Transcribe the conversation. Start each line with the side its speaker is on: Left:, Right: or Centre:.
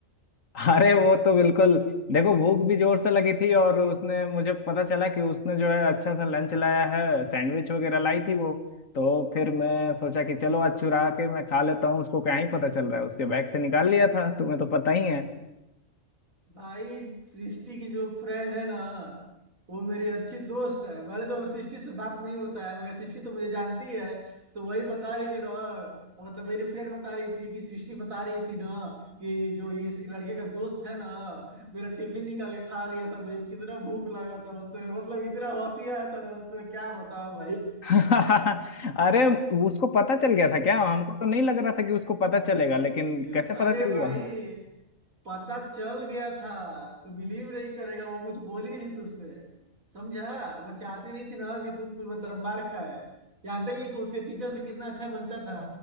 Left: <laughs> अरे वो तो बिल्कुल देखो भूख भी जोर से लगी थी और उसने मुझे पता चला कि उसने जो है अच्छा सा लंच लाया है सैंडविच वगैरह लाई थी वो तो फिर मैं सोचा कि चलो आज चुरा के मैं खा लेता हूँ उसको क्या ही पता चल रहा है उसके बैग से निकाल लिया था तुम्हें तो पता ही है
Right: भाई सृष्टि की जो फ्रेंड है ना वो मेरी अच्छी दोस्त है भले तो सृष्टि से बात नहीं होता है मगर सृष्टि तो मुझे जानती है तो वही बता रही थी ना मतलब मेरी फ्रेंड बता रही थी कि सृष्टि बता रही थी ना कि जो ये इस लड़के का दोस्त है ना मेरा टिफिन निकाल के खा लिया था मुझे कितना भूख लगा था उससे मतलब इतना हंसी आया था ना उसमें क्या बताऊं भाई
Left: <laughs> अरे उसको पता चल गया था क्या हमको तो नहीं लग रहा था कि उसको पता चलेगा लेकिन
Right: <laughs>
Left: कैसे
Right: अरे
Left: पता चल
Right: भाई
Left: गया
Right: पता चल गया था तू बिलीव नहीं करेगा वो कुछ बोली नहीं थी तुझसे समझा वो चाहती नहीं थी ना कि तू कुछ मतलब मार खाए जानता ही है कि उसके टीचर से कितना अच्छा बनता था